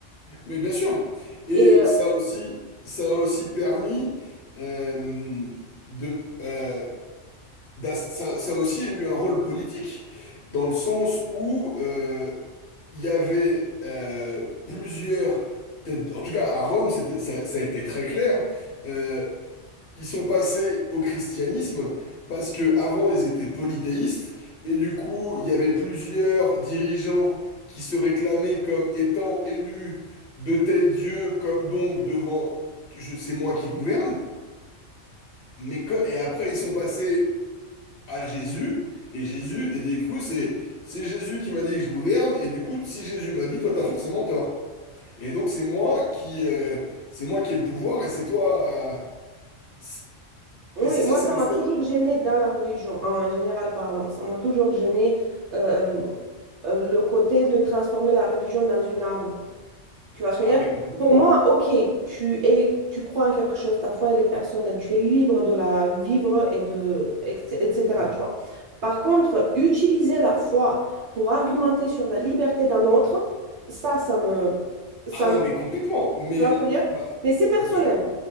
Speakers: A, on the left; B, on the right.
A: Mais bien sûr. Et
B: Et euh,
A: ça aussi, ça a aussi permis euh, de, euh, d'as- ça, ça a aussi eu un rôle politique, dans le sens où euh, il y avait euh, plusieurs têtes- en tout cas à Rome, c'était, ça, ça a été très clair, euh, Ils sont passés au christianisme parce que avant ils étaient polythéistes et du coup il y avait plusieurs dirigeants qui se réclamaient comme étant élus de tel Dieu comme donc devant je sais moi qui gouverne mais co- et après ils sont passés à Jésus et Jésus et du coup c'est c'est Jésus qui m'a dit que je gouverne et du coup si Jésus m'a dit toi t'as forcément tort et donc c'est moi qui euh, c'est moi qui ai le pouvoir et c'est toi euh, c'est-
B: oui,
A: et c'est ça
B: moi,
A: c'est
B: ça
A: l'espèce
B: m'a toujours gênée dans la religion, en général parlant. Ça m'a toujours gênée euh, euh, le côté de transformer la religion dans une arme. Tu vois ce que
A: ah
B: je veux
A: mais
B: dire?
A: complètement
B: Pour moi, ok, tu es, tu crois en quelque chose, ta foi, elle est personnelle, tu es libre de la vivre et de, etc.
A: Excuse-moi.
B: Par contre, utiliser la foi pour argumenter sur la liberté d'un autre, ça, ça me, ça
A: Ah non,
B: me-
A: mais complètement. Mais
B: tu vois ce que je veux dire?
A: bah,
B: Mais c'est personnel.
A: je, suis